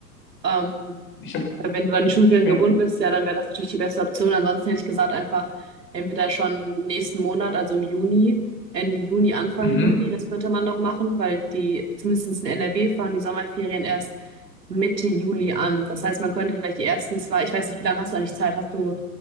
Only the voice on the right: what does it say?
Ähm,
weil wenn du an die Schulferien
gebunden bist, ja, dann wäre das natürlich die beste Option. Ansonsten hätte ich gesagt, einfach entweder schon im nächsten Monat, also im Juni, Ende Juni, Anfang
Juni, das könnte man noch machen, weil die, zumindest in NRW, fahren die Sommerferien erst Mitte Juli an. Das heißt, man könnte vielleicht die ersten zwei, ich weiß nicht, wie lange hast du eigentlich Zeit? Hast du